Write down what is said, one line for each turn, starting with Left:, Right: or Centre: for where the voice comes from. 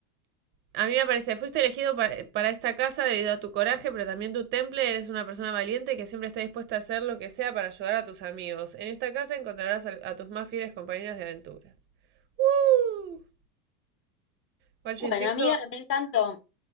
Right: a mí me parece, fuiste elegido para, para esta casa debido a tu coraje, pero también tu temple. Eres una persona valiente que siempre está dispuesta a hacer lo que sea para ayudar a tus amigos. En esta casa encontrarás a, a tus más fieles compañeros de aventuras. ¡Woo! Igual yo
Left: Bueno,
Right: insisto,
Left: amiga, me encantó.